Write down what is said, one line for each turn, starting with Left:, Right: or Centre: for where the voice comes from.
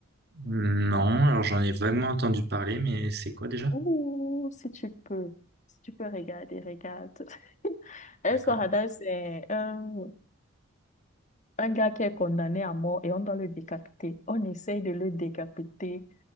Right: Non, alors j'en ai vaguement entendu parler, mais c'est quoi déjà?
Left: Ouh, si tu peux, si tu peux regarder, regarde. <laughs> El
Right: D'accord.
Left: Paradise, c'est un, un gars qui est condamné à mort et on doit le décapiter. On essaye de le décapiter